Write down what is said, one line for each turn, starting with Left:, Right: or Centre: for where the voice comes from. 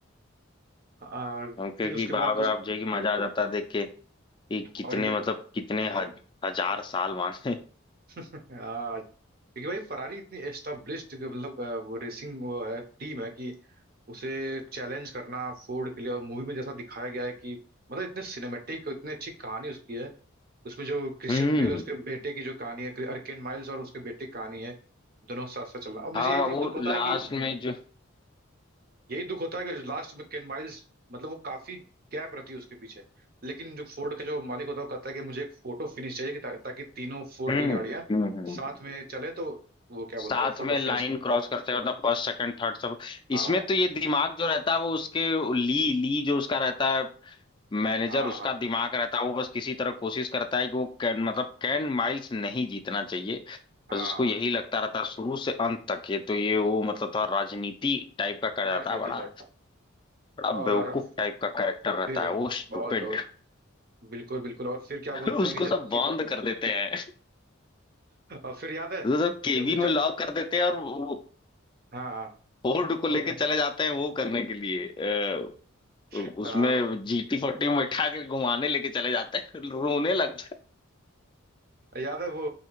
Right: हाँ,
Left: हम कहे
Right: फिर
Left: कि
Right: उसके
Left: बाप
Right: बाद उस
Left: रे बाप जो है कि मजा आ जाता है देख के कि कितने
Right: और ये
Left: मतलब कितने हज, हजार साल मांगे
Right: हाँ क्योंकि भाई फरारी इतनी एस्टाब्लिश्ड मतलब अ, वो रेसिंग वो है टीम है कि उसे चैलेंज करना फोर्ड के लिए और मूवी में जैसा दिखाया गया है कि मतलब इतने सिनेमेटिक और इतनी अच्छी कहानी उसकी है उसमें जो क्रिश्चियन
Left: हम्म
Right: बेल उसके बेटे की जो कहानी है अर्केन माइल्स और उसके बेटे की कहानी है दोनों साथ साथ चलना और मुझे
Left: हाँ
Right: यही थोड़ा
Left: वो
Right: दुख होता
Left: लास्ट
Right: है कि हम्म,
Left: में जो
Right: यही दुख होता है कि लास्ट में केन माइल्स मतलब वो काफी गैप रहती है उसके पीछे लेकिन जो फोर्ड का जो मालिक होता है वो कहता है कि मुझे एक फोटो फिनिश चाहिए कि ता, ताकि तीनों फोर्ड
Left: हम्म
Right: की गाड़ियां
Left: हम्म, हम्म।
Right: साथ में चले तो वो क्या
Left: साथ
Right: बोलते हैं फोटो
Left: में
Right: फिनिश
Left: लाइन क्रॉस करते हैं मतलब फर्स्ट सेकंड थर्ड सब
Right: हाँ
Left: इसमें तो ये दिमाग जो रहता है वो उसके ली ली जो उसका रहता है मैनेजर
Right: हाँ
Left: उसका
Right: हाँ
Left: दिमाग रहता है वो बस किसी तरह कोशिश करता है कि वो कैन मतलब कैन माइल्स नहीं जीतना चाहिए
Right: हाँ
Left: बस उसको यही लगता रहता है शुरू से अंत तक ये तो ये वो मतलब थोड़ा राजनीति टाइप का कर जाता
Right: राजनीति
Left: है बड़ा
Right: टाइप का
Left: बड़ा
Right: और
Left: बेवकूफ टाइप का कैरेक्टर रहता
Right: फिर
Left: है वो स्टूपिड
Right: बहुत बहुत बिल्कुल बिल्कुल और फिर क्या
Left: <laughs>
Right: बोलते
Left: उसको
Right: हैं कि जब
Left: सब
Right: कि,
Left: बंद कर देते हैं
Right: <laughs> और फिर याद है
Left: उसको सब केबिन
Right: जब
Left: में
Right: जब
Left: लॉक कर देते हैं और वो
Right: हाँ हाँ
Left: फोर्ड को लेके
Right: कि-
Left: चले जाते हैं वो करने के लिए अ, उसमें
Right: हाँ
Left: जीटी फोर्टी में बैठा के घुमाने लेके चले जाते हैं रोने लगता
Right: याद है वो